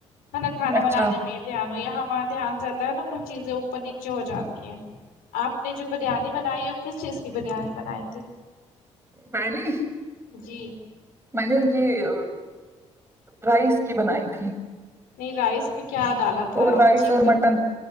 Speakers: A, on the left; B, on the right.
A: ورنہ کھانا
B: اچھا
A: بنانے میں دھیان ہوں یا ہمارا دھیان رہتا ہے نا کچھ چیزیں اوپر نیچے ہو جاتی ہیں آپ نے جو بریانی بنائی ہے وہ کس چیز کی بریانی بنائی تھی
B: میں نے
A: جی
B: میں نے یہ رائس کی بنائی تھی
A: نہیں رائس میں کیا ڈالا تھا
B: اور رائس
A: چکن
B: اور مٹن